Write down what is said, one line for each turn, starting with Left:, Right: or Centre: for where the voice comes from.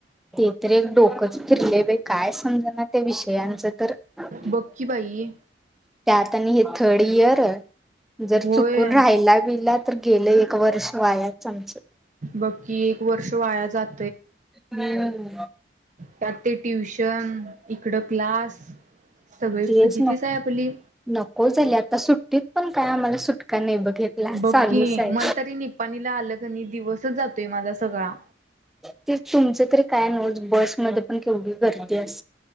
Centre: ते तर एक डोकच फिरले बाई काय समजना त्या विष यांचं तर त्यात
Right: बक्की बाई
Centre: आणि हे थर्ड इयर <unintelligible> जर
Right: होय
Centre: चुकून राहाला बियला तर गेलं एक वर्ष वाया चांगच
Right: बक्की एक वर्ष वाया जात
Centre: हम्म.
Right: त्यात ते ट्युशन इकडं क्लास सगळी
Centre: तेच
Right: फजितीच
Centre: न
Right: आहे आपली
Centre: नको झाली आता सुट्टीत पण काय आम्हाला सुट का नाही बघ. हे क्लास
Right: बघकी
Centre: चालूच आहे.
Right: मला तरी निपाणीला आलं क नाही दिवसच जातोय माझा सगळा.
Centre: ते तुमच तरी काय नव्हत बसमध्ये पण केवढी गर्दी अस